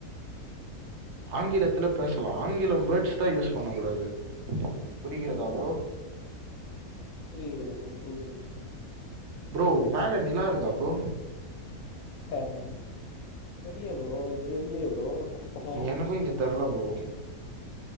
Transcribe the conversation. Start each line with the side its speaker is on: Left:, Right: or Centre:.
Right: ஆங்கிலத்துல பேசலா ஆங்கிலம் வேர்ட்ஸ் தா யூஸ் பண்ணக்க கூடாது புரிகிறதா ப்ரோ
Left: புரிகிறது ப்ரோ புரிகிறது ப்ரோ
Right: ப்ரோ மேல நிலா இருக்கா ப்ரோ
Left: ஆமா தெர்லையே ப்ரோ இங்க எது இல்லையே ப்ரோ இந்த பக்கோ
Right: எனக்கு இங்க தெர்ல ப்ரோ